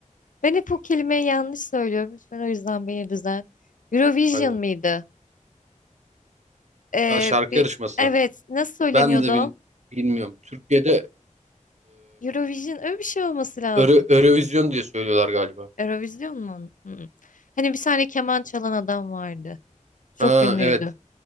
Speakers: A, on the left (about 80°); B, on the right (about 60°).
A: Ben hep bu kelimeyi yanlış söylüyorum. Lütfen o yüzden beni düzelt. Eurovision
B: Hadi bakalım.
A: mıydı? Ee,
B: Ha, şarkı
A: bir,
B: yarışması.
A: evet, nasıl söyleniyordu
B: Ben de
A: o?
B: bil- bilmiyorum. Türkiye'de
A: Eurovision öyle bir şey olması lazım.
B: Euro- Eurovision diye söylüyorlar galiba.
A: Eurovision mu? hı Hani bir tane keman çalan adam vardı. Çok
B: Ha
A: ünlüydü.
B: evet.